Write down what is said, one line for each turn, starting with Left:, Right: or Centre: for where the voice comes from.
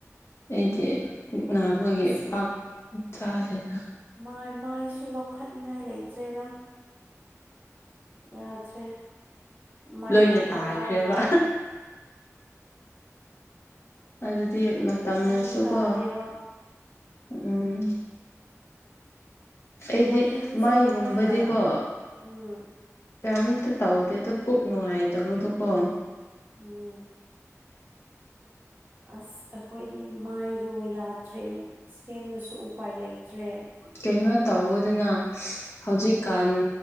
Left: ꯑꯩꯗꯤ ꯃꯤꯠ ꯅꯥꯕꯒꯤ
Right: ꯑꯁ
Left: ꯄꯥꯛ ꯇꯥꯗꯦꯗ
Right: ꯃꯥꯏ ꯃꯥꯏꯁꯨ ꯂꯧꯈꯠꯅꯤꯉꯥꯏ ꯂꯩꯇ꯭ꯔꯦꯗ ꯌꯥꯗ꯭ꯔꯦ ꯃꯥꯏꯍꯤꯡ
Left: ꯂꯣꯏꯅ ꯇꯥꯈ꯭ꯔꯦꯕ
Right: ꯀꯥꯔꯦ
Left: ꯑꯗꯨꯗꯤ ꯃꯇꯝꯅꯁꯨꯀꯣ
Right: ꯃꯍꯤꯡ ꯀꯥꯔꯦꯕ
Left: ꯎꯝ ꯑꯩꯗꯤ
Right: ꯃꯍꯤꯡꯁꯦ
Left: ꯃꯥꯏꯒꯨꯝꯕꯗꯤꯀꯣ
Right: ꯀꯃꯥꯏꯅ ꯎꯝ
Left: ꯀꯩꯝꯇ ꯇꯧꯗꯦ ꯑꯗꯣ ꯄꯨꯛ ꯅꯨꯡꯉꯥꯏꯇꯕꯗꯨ ꯀꯣ
Right: ꯎꯝ ꯑꯁ ꯑꯩꯈꯣꯏꯗꯤ ꯃꯥꯏꯗꯣ ꯌꯥꯗꯦ ꯇ꯭ꯔꯦ ꯁꯦꯝꯕꯗꯁꯨ ꯎꯄꯥꯏ ꯂꯩꯇ꯭ꯔꯦ
Left: ꯀꯩꯅꯣ ꯇꯧꯕꯗꯨꯅ ꯍꯧꯖꯤꯛꯀꯥꯟ